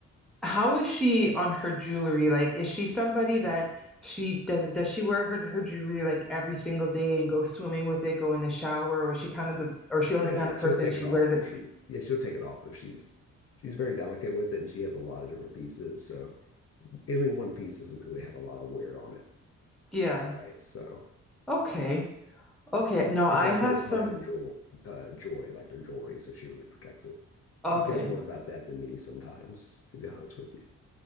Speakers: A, in the centre; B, on the left.
A: how is she on her jewelry? Like, is she somebody that she does does she wear her her jewelry like every single day and go swimming with it, go in the shower, or is she kind of the or is she
B: No,
A: only kind
B: she
A: of
B: she'll
A: person
B: take
A: she
B: it off
A: wears
B: if
A: it?
B: she yeah, she'll take it off if she's she's very delicate with it and she has a lot of different pieces. So any one piece doesn't really have a lot of wear on it,
A: Yeah.
B: right? So
A: Okay. Okay. No, I
B: it's like
A: have
B: her pride
A: some.
B: and jewel uh joy, like her jewelry, so she really protects it.
A: Okay.
B: She cares more about that than me sometimes, to be honest with you.